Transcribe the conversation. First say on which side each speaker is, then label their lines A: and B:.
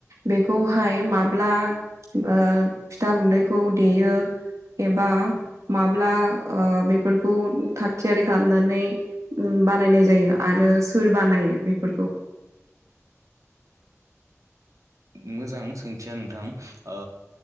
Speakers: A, on the right; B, on the right.
A: बेखौहाय माब्ला फिथा गुन्दैखौ देयो। एबा माब्ला बेफोरखौ थाग थियारि खालामनानै बानायनाय जायो आरो सोर बानायो बेफोरखौ।
B: मोजां सोंथिया नोंथां। ओ